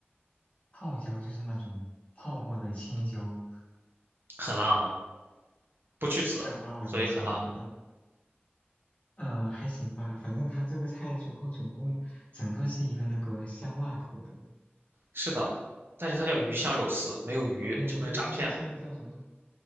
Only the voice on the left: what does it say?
泡椒就是那种泡过的青椒，
我也不知道我怎么形容，
反正呃还行吧，反正它这个菜最后总共整个是一个那个香辣口的，
啊不对，
应该应该是那个叫什么